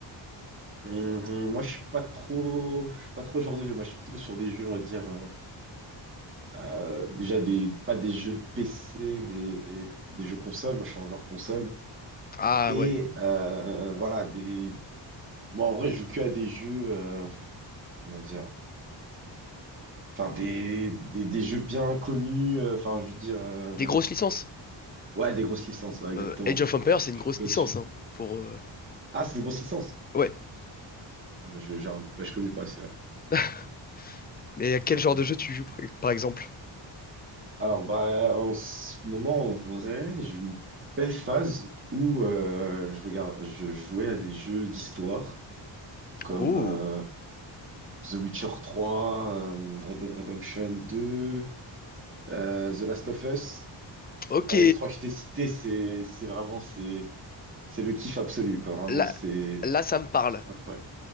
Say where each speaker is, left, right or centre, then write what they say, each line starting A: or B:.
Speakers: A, on the right (about 25°); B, on the left (about 20°).
A: Hum, moi, je suis pas trop, je suis pas trop genre de jeu. Moi, je suis plutôt sur des jeux, on va dire, euh, euh, déjà des, pas des jeux PC, mais des, des jeux console. Moi, je suis un joueur console.
B: Ah
A: Et
B: ouais,
A: euh, voilà, des. Moi, en vrai, je joue que à des jeux, euh, comment dire, enfin des, des, des jeux bien connus. euh, Enfin, je veux dire, euh,
B: des grosses licences.
A: ouais, des grosses licences, ouais, exactement.
B: Euh, Age of Empire, c'est une
A: Je
B: grosse
A: suis pas
B: licence
A: dessus.
B: hein, pour, euh,
A: Ah, c'est une grosse licence.
B: Ouais.
A: Ah bah, je, genre, bah, je connais pas, c'est
B: <laughs> Mais à quel
A: tout
B: genre de jeu tu joues, par par exemple?
A: Alors, bah, en ce moment, en vrai, j'ai eu une belle phase où euh, je regarde, je jouais à des jeux d'histoire comme
B: Oh,
A: euh, The Witcher trois, euh, Red Dead Redemption deux, euh, The Last of Us.
B: ok.
A: Bah, les trois que je t'ai cités, c'est, c'est vraiment, c'est, c'est le kiff absolu, quoi. Vraiment,
B: Là,
A: c'est
B: là, ça me parle.
A: incroyable.